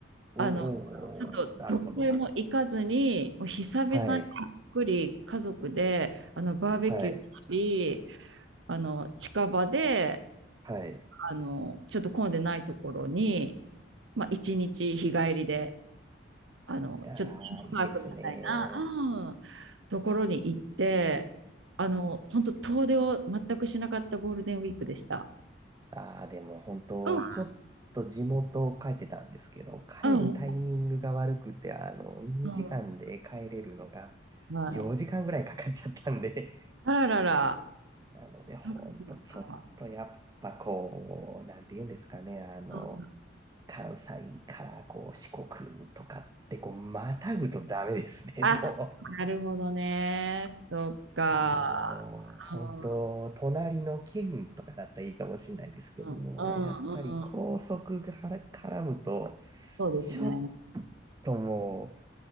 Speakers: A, on the right; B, on the right.
A: おー、
B: あのちょっとどこへも行かずに、
A: なるほど。
B: もう久々にゆっくり家族であのバーベキューしたり、
A: はい、はい、
B: あの近場で
A: はい。
B: あのちょっと混んでないところに、まあ、一日日帰りで。あの、
A: ああ、
B: ちょっとテーマパークみたいな、
A: いいですね。
B: うん、ところに行って、あの、本当遠出を全くしなかったゴールデンウィークでした。
A: ああ、でも本当、
B: うん、
A: ちょっと地元帰ってたんですけど、帰るタイミングが悪くて、
B: うん、
A: あの、2時間で帰れるのが
B: うん、はい。
A: 4時間ぐらいかかっちゃったんで
B: あららら、
A: なので、ほんとちょっとやっぱこう、
B: そっかそっか。
A: なんて言うんですかね、あの、
B: うん、
A: 関西からこう四国とかってこう、またぐとダメですね、
B: あ、
A: <laughs> も
B: なるほどね。そっか。
A: う。もう、本当隣の県とかだったらいいかもしれないですけども、
B: うん、うん、うん、
A: やっぱり高速がから絡むと、
B: うんそうですね。
A: ちょっとも